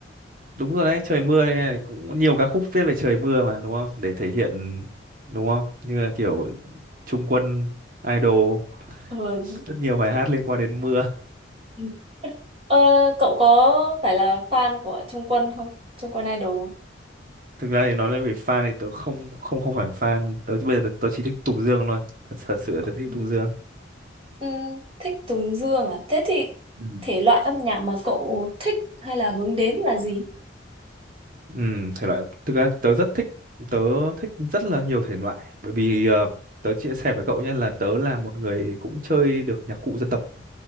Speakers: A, on the right; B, on the right.
A: Đúng rồi đấy, trời mưa này cũng nhiều ca khúc viết về trời mưa mà đúng không? Để thể hiện đúng không? Như là kiểu Trung Quân, Idol,
B: Ừ. đúng.
A: rất nhiều bài hát liên quan đến mưa.
B: Ừ. Ờ, cậu có phải là fan của Trung Quân không? Trung Quân Idol không?
A: Thực ra thì nói lên về fan thì tớ không không không phải fan, tớ bây giờ tớ, tớ chỉ thích Tùng Dương thôi. Thật thật sự là tớ thích
B: Ừ.
A: Tùng Dương.
B: Ừ, thích Tùng Dương à? Thế thì
A: Ừ.
B: thể loại âm nhạc mà cậu thích hay là hướng đến là gì?
A: Ừ, thể loại thực ra tớ rất thích tớ thích rất là nhiều thể loại bởi vì ờ, tớ chia sẻ với cậu nhé là tớ là một người cũng chơi được nhạc cụ dân tộc